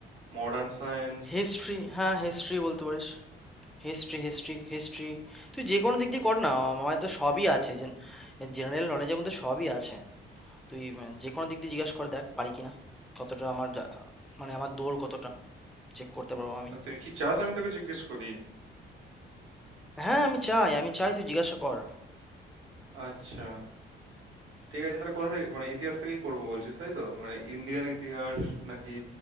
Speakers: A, on the right; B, in the centre.
A: মডার্ন সায়েন্স
B: হিস্ট্রি হ্যাঁ হিস্ট্রি বলতে পারিস হিস্ট্রি হিস্ট্রি হিস্ট্রি তুই যে কোনো দিক দিয়ে কর না আমার তো সবই আছে জেনারেল নলেজের মধ্যে সবই আছে তুই উম, যে কোনো দিক দিয়ে জিজ্ঞাসা করে দেখ পারি কিনা কতটা আমার যা- মানে আমার দৌড় কতটা চেক করতে পারবো আমি
A: না তুই কি চাস আমি তোকে জিজ্ঞেস করি
B: হ্যাঁ আমি চাই আমি চাই তুই জিজ্ঞাসা কর
A: আচ্ছা ঠিক আছে তাহলে কোথা থেকে মানে ইতিহাস থেকেই করবো বলছিস তাই তো মানে ইন্ডিয়ান ইতিহাস নাকি